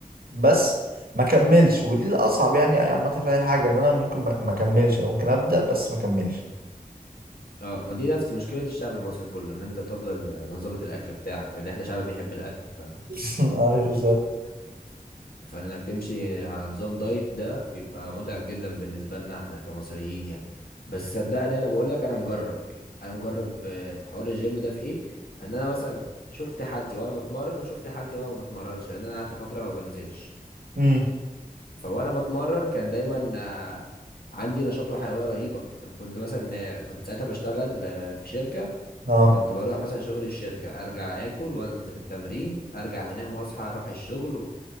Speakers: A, on the right; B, on the left.
A: بس ما كملش ودي الاصعب يعني يعني عامه في اي حاجه ان انا ممكن ما ما اكملش انا ممكن ابدا بس ما اكملش
B: اه ما دي نفس مشكله الشعب المصري كله ان انت تفضل نظبط الاكل بتاعك لان احنا شعب بيحب الاكل ف...
A: <laughs> ايوه بالظبط
B: ف... فانك تمشي على نظام دايت ده بيبقى متعب جدا بالنسبه لنا احنا كمصريين يعني بس صدقني انا بقول لك انا مجرب يعني انا مجرب آه، حوار الجيم ده في ايه ان انا مثلا شفت حالتي وانا بتمرن وشفت حالتي وانا ما بتمرنش لان انا قعدت فتره ما بنزلش
A: امم
B: فوانا بتمرن كان دايما آه، عندي نشاط وحيويه رهيبه كنت مثلا آه، كنت ساعتها بشتغل آه، في شركه
A: اه
B: فكنت بروح مثلا شغل الشركه ارجع اكل وانزل التمرين ارجع انام واصحى اروح الشغل و-